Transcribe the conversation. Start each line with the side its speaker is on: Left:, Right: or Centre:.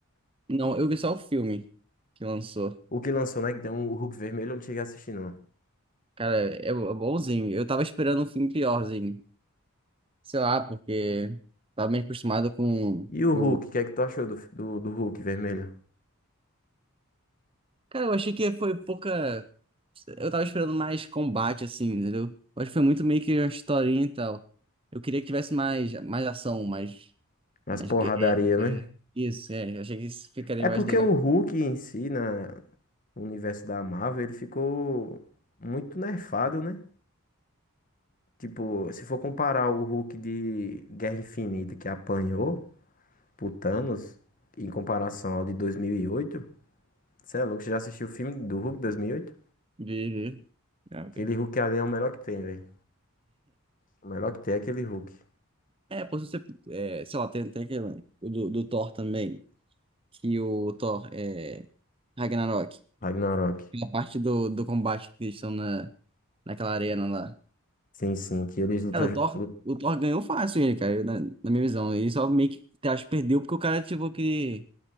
Right: Não, eu vi só o filme que lançou.
Left: O que lançou, né, que tem um o Hulk vermelho, eu não cheguei a assistir, não.
Right: Cara, é é bonzinho. Eu tava esperando um filme piorzinho. Sei lá, porque tava meio acostumado com
Left: E o
Right: o.
Left: Hulk, o que é que tu achou do, do, do Hulk vermelho?
Right: Cara, eu achei que foi pouca. Eu tava esperando mais combate, assim, entendeu? Eu acho que foi muito meio que uma historinha e tal. Eu queria que tivesse mais, mais ação, mais.
Left: As
Right: mais...
Left: porradaria,
Right: guerra.
Left: né?
Right: É, isso, é. Eu achei que isso ficaria
Left: É
Right: mais
Left: porque
Right: legal.
Left: o Hulk em si, na, no universo da Marvel, ele ficou muito nerfado, né? Tipo, se for comparar o Hulk de Guerra Infinita que apanhou pro Thanos, em comparação ao de 2008, cê é louco, você já assistiu o filme do Hulk de 2008?
Right: Vi, vi. Ah, ok.
Left: Aquele Hulk ali é o melhor que tem, velho. O melhor que tem é aquele Hulk.
Right: É, pô, se você, é, sei lá, tem até aquele, o do, do Thor também, que o Thor é Ragnarok,
Left: Ragnarok.
Right: aquela parte do, do combate que eles estão na, naquela arena lá.
Left: Sim, sim, que eles lutam,
Right: Cara, o Thor,
Left: lutam
Right: o Thor ganhou fácil ele, cara, eu- na, na minha visão. Ele só meio que, acho, que perdeu porque o cara ativou aquele,